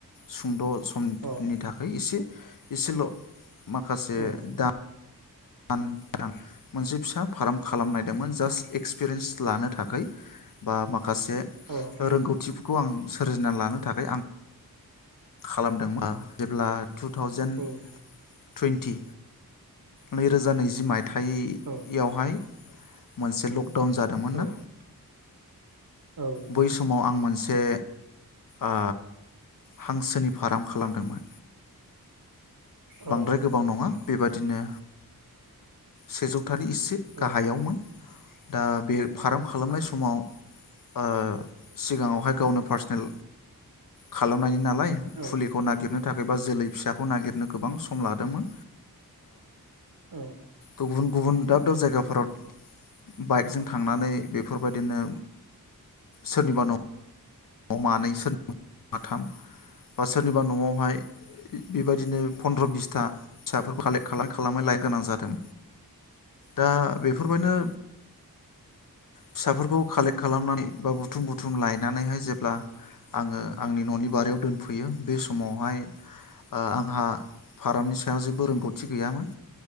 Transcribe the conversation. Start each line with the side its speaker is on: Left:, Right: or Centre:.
Left: सुंद' समनि
Right: अ
Left: थाखोय इसे इसेल' माखासे
Right: औ
Left: दा बानफ्रां मोनसे फिसा फार्म खालामनायदोंमोन जास्ट एक्स पेरेयन्स लानो थाखोय बा मा खासे
Right: अ
Left: रोंगौथिफो खौ आं सोरजिना लानो थाखाय आं खालामदोंबा जेब्ला टु थावजेेन
Right: औ
Left: टुइन्टि नैरोजा नैजि माय थाइयावहाय
Right: औ
Left: मोनसेल दाउन जादोंमोन
Right: औ
Left: ना
Right: अ औ
Left: बै समाव आं मोनस जे आ हांसोनि फार्म खालामदोंमोन।
Right: अ औ
Left: बांद्राय गोबां नङा बेबायदि बिदिनो सेजौ हथानि एसे
Right: औ
Left: गाहायावमोन दा बे फार्म खालामनाय समाव ओ सिगाङावहाय गावनो पार्सनेल खालामनायनि
Right: औ
Left: फुलिखौ नागिरनो थाखाय बा जोलै फिसाखौ नागिरनो गोबां सम लादोंमोन
Right: औ
Left: गुबुन गुबुन दाब दाब जायगाफोराव बाइकजों थांनानै बेफोरबायदिनो सोरनिबा न' मानैसो <unintelligible> सोरनिबा न'आवहाय बेबायदिनो फन्द्र बिसथा फिसाफोर खालेख खालाम खालाम लाय गोनां जादों दा बेफ फोरबायनो फिसाफोरखौ कालेक्ट खालामनानै बा बुथुम बुथुम लायनानैहाय जों ब्ला आङो आंनि न'नि बारियाव दोनफैयो बे समावहाय ओ आंहा फारामनि सायाव जेबो रोंगौथि थि गैयामोन